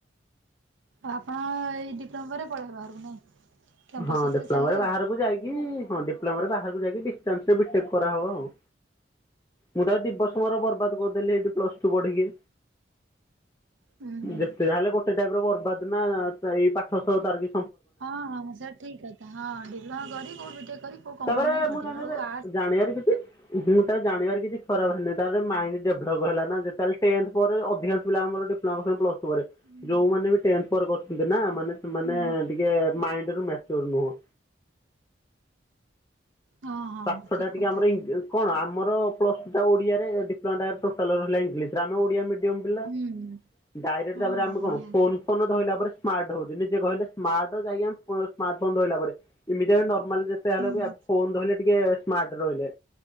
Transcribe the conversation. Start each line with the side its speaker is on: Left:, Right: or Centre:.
Right: ଆ-ଆପଣ ଏଇ ଡିପ୍ଲୋମା ପରେ ପଳେଇବେ ବାହାରକୁ ନାଇଁ? କ୍ୟାମ୍ପସ୍
Left: ହଁ
Right: ଆସିଲେ
Left: ଡିପ୍ଲୋମା
Right: ଚାଲିଲେ
Left: ପରେ ବାହାରକୁ
Right: ଆଉ
Left: ଯାଇକି ହଁ ବାହାରକୁ ଯାଇକି ଡିଷ୍ଟାନ୍ସ ରେ ବି ଟେକ୍ କରାହବ ଆଉ। ମୁଁ ତ ଦି ବର୍ଷ ମୋର ବର୍ବାଦ କରିଦେଲି ଏଠି ପ୍ଲସ ଟୁ ପଢିକି।
Right: ହୁଁ ହୁଁ।
Left: ଯେତେ ଯାହା ହେଲେ ଗୋଟେ ଟାଇପ ର ବର୍ବାଦ ନା ଏଇ ପାଠ ସହ ତାର କି
Right: ହଁ ହଁ ସେଟା ଠିକ କଥା ହଁ ଡିପ୍ଲୋମା କରି କୋଉଠି ବି ଟେକ୍ କରି କୋଉ କମ୍ପାନୀ
Left: ତାପରେ
Right: ପାଇଁ ଖଟିବେ
Left: ମୁଁ ଜାଣିବାରେ
Right: ଆଉ ଆର୍ଟ୍ସ
Left: ଜାଣିବାରେ କିଛି ତାର ଜାଣିବାର କିଛି ଖରାପ ହେଇନି। ତାର ମାଇଣ୍ଡ ଡେଭଲପ ହେଲା ନା ଯେତେ ଯାହେଲେ ଟେନ୍ଥ ପରେ ଅଧିକାଂଶ ପିଲା ଆମର ଡି <unintelligible> <unintelligible>
Right: ହୁଁ
Left: ଯୋଉମାନେ ବି ଟେନ୍ଥ୍ ପରେ କରୁଛନ୍ତି ନା, ମାନେ ସେମାନେ
Right: ହୁଁ
Left: ଟିକେ ମାଇଣ୍ଡ ରୁ। <unintelligible>
Right: ହଁ ହଁ
Left: ପାଠ
Right: ଠିକ୍
Left: ଟା ଟିକେ
Right: କଥା।
Left: ଆମର କଣ? ଆମର ପ୍ଲସ ଓଡ଼ିଆରେ ଡିପ୍ଲୋମା ଟା ଟୋଟାଲ ଉପରେ ହେଲା ଇଂଲିଶରେ। ଆମେ ଓଡ଼ିଆ ମିଡିୟମ ପିଲା।
Right: ହୁଁ
Left: ଡାଇରେକ୍ଟ
Right: ହଁ
Left: ତାପରେ ଆମେ କଣ
Right: ନିହାତି
Left: ଫୋନ-ଫୋନ ଧଇଲା ପରେ ସ୍ମାର୍ଟ ହଉଛୁ। ନିଜେ କହିଲେ ସ୍ମାର୍ଟ ହଉଛୁ ଆମେ ଆଜ୍ଞା ସ୍ମାର୍ଟ ଫୋନ୍ ଧଇଲା ପରେ। ଏମିତି ଆମେ ନର୍ମାଲ ଯେତେ ହେଲେ
Right: ହୁଁ
Left: ବି ଫୋନ୍ ଧଇଲେ ଟିକେ ସ୍ମାର୍ଟ ରହିଲେ।